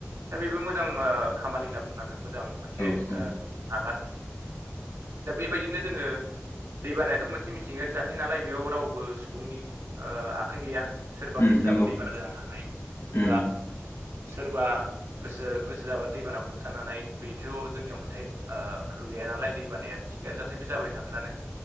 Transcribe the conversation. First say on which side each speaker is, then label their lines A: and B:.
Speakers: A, on the right; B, on the left.
A: दा बेबो मोजां खामानि होनना बुंनांगोन मोजां मोनसे
B: औ
A: ओ
B: औ
A: आगान दा बेबायदिनो जोङो दैबानायाथ' मोनसे मिथिंगायारि जाथाय नालाय बेयाव रावबो सुबुंनि ओ आखाइ गैया सोरबा
B: उम
A: गोसो जाबानो
B: नंगौ
A: दैबाना जाहोनो हानाय एबा
B: उम
A: सोरबा गोसो गोसो जाबानो दैबाना हमथानो हानाय बेथ' जोंनियाव मोनथाय ओ गोहो गैया नालाय दैबानाया मिथिंगायारि जाथाय बे जाबाय थागोनानो